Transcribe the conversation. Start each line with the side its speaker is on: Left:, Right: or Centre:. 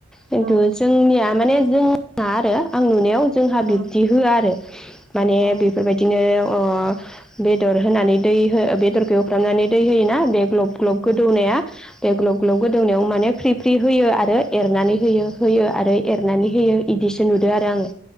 Centre: खिन्थु
Right: उम
Centre: जोंनिया माने जोंना आरो आं नुनायाव जोंहा
Right: उम
Centre: बिब्दि होआ आरो माने
Right: औ
Centre: बेफोरबाय दिनो अ बेदर होनानै दै बेदरखौ एवफ्रामनानै दै होयोना बे ग्लब बे ग्लब गोदौनाया बे ग्लब ग्लब गोदौनायाव माने फ्रि ख्रि होयो आरो एरनानै होयो होयो आरो एरनानै होयो बिदिसो नुदो आरो आङो